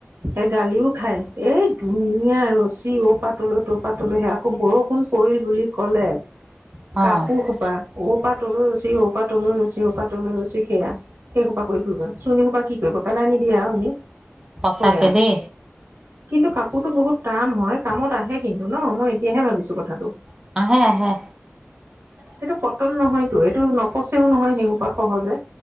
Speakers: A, on the right; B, on the right.
A: এ গালিও খায় এই ধুনীয়া আৰু- যি অ পাতলৈ ত' পাতলৈহে আকৌ বৰষুণ পৰিল বুলি কলে,
B: অ অ
A: কাপোৰ- অ পৰা তনু ৰৰুছি অ', পৰা তনু ৰৰুছি অ', পৰা তনু ৰুচি সেয়া। সেই সোপা কৰি ফুৰিব চুনী সোপা কি কৰিব পেলাই নিদিয়া এনে।
B: সঁচাকে
A: হয়,
B: দেই
A: কিন্তু কাপোৰতো বহুত টান হয়। কামত আহে কিন্তু ন মই এতিয়াহে ভাবিছো কথাটো।
B: আহে আহে।
A: সেইটো কটন নহয়তো এইটো নপচেও নহয় সেইসোপা সহজে।